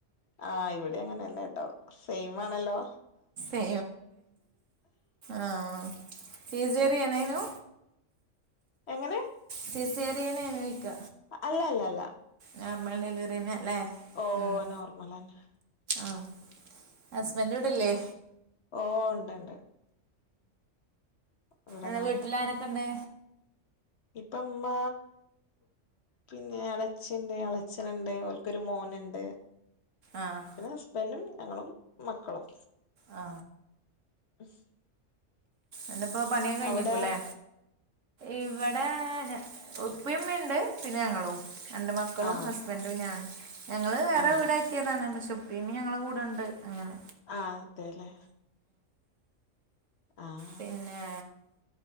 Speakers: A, on the left; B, on the right.
A: ആഹ് ഇവിടെ അങ്ങനെന്നെ ട്ടോ സെയിം ആണല്ലോ
B: ല്ലേ ആഹ് സീസേറ്യേനേനു
A: എങ്ങനെ
B: സിസേറിയെനോയ്ക്ക
A: അല്ല അല്ല അല്ല
B: നോർമൽ ഡെലിവറ്യേന്നെല്ലേ
A: ഓ
B: ഏഹ്
A: നോർമലന്നെ
B: ആഹ ഹസ്ബന്റ് ഇവിടെ ഇല്ലേ
A: ഓഹ് ഉണ്ട്ണ്ട് ഇവിടെ
B: ഇമ് വീട്ടിലാരൊക്കണ്ട്
A: ഇപ്പമ്മ പിന്നെ എല ച്ചി ണ്ട് എളച്ചന്ണ്ട് ഓൽകൊര് മോന്ണ്ട്
B: ആഹ്
A: ഹസ്ബന്റും ഞങ്ങളും മക്കളും
B: ആ
A: <unintelligible>
B: ഇന്ന് പൊ പണിയൊകെ കഴിഞ്ഞിക്കൂലേ
A: അവിടെ
B: ഇവടെ ഉപ്പയുമ്മിണ്ട് പിന്നെ ഞങ്ങളും രണ്ട് മക്കളും
A: ആഹ്
B: ഹസ്ബൻ ഞ ഞങ്ങള് വേറെ
A: ആഹ്
B: വീട് ബ കായറ്റിയ്യതാണ് പക്ഷേ ഇപ്പീ ഇമ്മീ ഞങ്ങളെ കൂടെണ്ട് അങ്ങനെ
A: ആ അതെല്ലേ ആഹ്
B: പിന്നെ